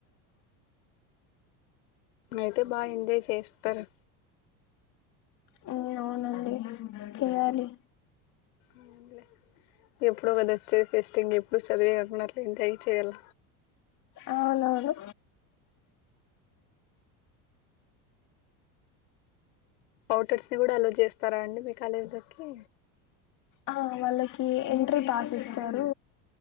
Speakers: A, on the left; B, on the left.
A: అయితే బాగా ఎంజాయ్ చేస్తారు
B: హుమ్ అవునండి చేయాలి
A: అవునులే ఎప్పుడో కద వచ్చేది ఫెస్టింగ్ ఎప్పుడు చదివే కాకుండా అట్లా ఎంజాయ్ చేయ్యాల
B: ఆవునవును
A: ఔటర్స్ ని కూడా అలవ్ చేస్తారా అండి మీ కాలేజ్ లో కి
B: ఆ వాళ్ళకి ఎంట్రీ పాస్ ఇస్తారు